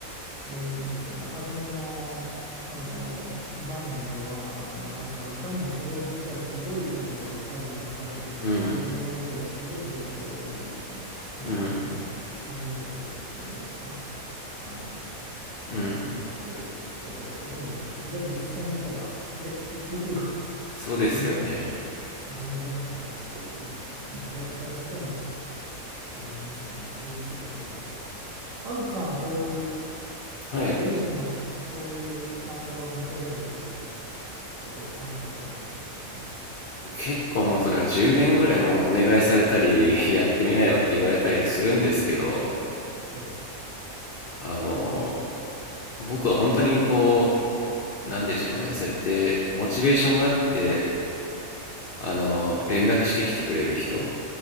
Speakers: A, on the right (about 65°); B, on the left (about 75°).
A: どういうんですかね、初めの、あの画面ではあのなんかいかにもそれを聞いたらすごいことがわかる、わかる、
B: うん
A: その動画を見ればすごいことが得られるような感じのね、
B: うん
A: サムネイルっていうんですか、あの
B: うん
A: になってることがほとんど、でも実際見たら、え、結局 <laughs>
B: そうですよね
A: え、何だったのって、まあ、大体ほとんど思いますね、そういう人が多いので。和樹さんはそういう
B: はい
A: ご自身のそういうチャンネルを立ち上げるとかいうことは考えてはないんですか
B: 結構もうそれは10年ぐらいもうお願いされたり <laughs> やってみなよって言われたりはするんですけど
A: ええ、
B: あの僕は本当にこう、なんでしょうね、そうやってモチベーションがあって、あの、連絡してきてくれる人